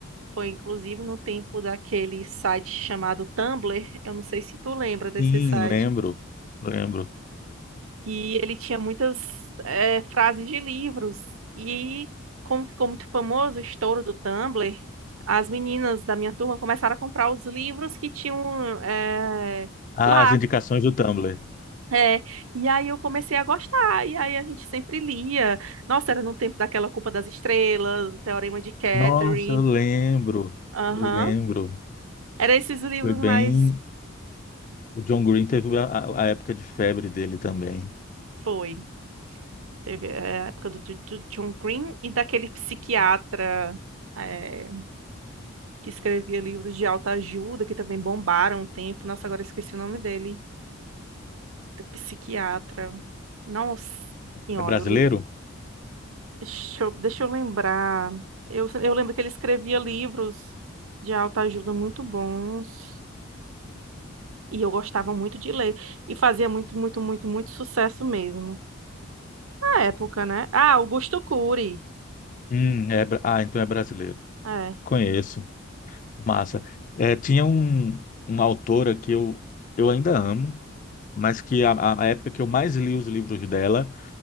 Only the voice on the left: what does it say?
Sim,
lembro. Lembro.
Ah,
as indicações do Tumblr.
Nossa, eu lembro.
Eu lembro.
Foi bem.
O John Green teve a, a a época de febre dele também.
É brasileiro?
Hum, é, bra- ah, então é brasileiro.
Conheço. Massa. É, tinha um, uma autora que eu, eu ainda amo, mas que a, a a época que eu mais li os livros dela